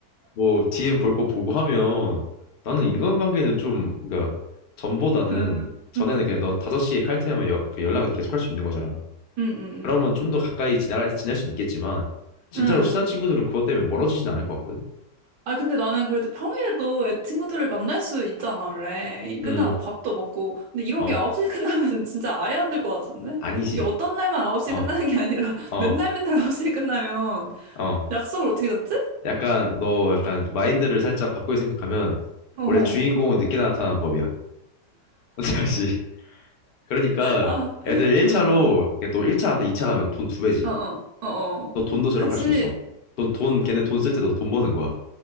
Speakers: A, on the left (about 65°); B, on the right (about 70°).
A: 뭐 DM 볼 거 보고 하면 나는 인간관계는 좀, 그러니까 전보다는
B: 음,
A: 전에는
B: 음, 음,
A: 그냥 너 5시에 칼퇴하면 여, 그 연락은 계속 할 수 있는 거잖아.
B: 음, 음, 음,
A: 그러면 좀 더 가까이 지날, 지낼 수는 있겠지만 진짜로
B: 음.
A: 친한 친구들은 그것 때문에 멀어지진 않을 것 같거든.
B: 아, 근데 나는 그래도 평일에도 애 친구들을 만날 수 있잖아, 원래. 일 끝나고
A: 음,
B: 밥도 먹고. 근데 이런
A: 어,
B: 게 9시 에 끝나면 <laughs> 진짜 아예 안 될 것 같은데?
A: 아니지.
B: 이게 어떤 날만 9시
A: 어,
B: 에 끝나는 게 아니라 <laughs>
A: 어,
B: 맨날 맨날 9시 에 끝나면
A: 어.
B: 약속을 어떻게 잡지?
A: 약간 너 약간 마인드를 살짝 바꾸게 생각하면
B: <laughs> 어,
A: 원래 주인공은 늦게 나타나는 법이야. <laughs> 사실. 그러니까
B: 아,
A: 애들 1차로
B: 음,
A: 또 1차 갔다 2차 가면 돈 두 배지.
B: 어, 어, 어, 어.
A: 너 돈도 절약할
B: 그치.
A: 수 있어. 넌 돈, 걔네 돈 쓸 때 너 돈 버는 거야.